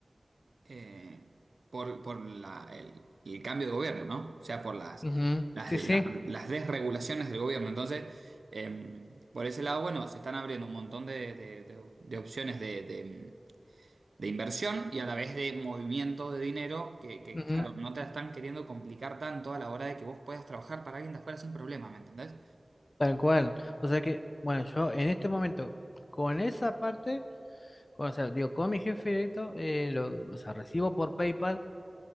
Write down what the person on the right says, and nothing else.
eh, por, por la- el, el cambio de gobierno, ¿no? O sea, por las,
las,
las-
las desregulaciones del gobierno. Entonces, eh, por ese lado, bueno, se están abriendo un montón de, de- de- de opciones de, de- de inversión y a la vez de movimiento de dinero que, que,
claro, no te la están queriendo complicar tanto a la hora de que vos puedas trabajar para alguien de afuera sin problema, ¿me entendés?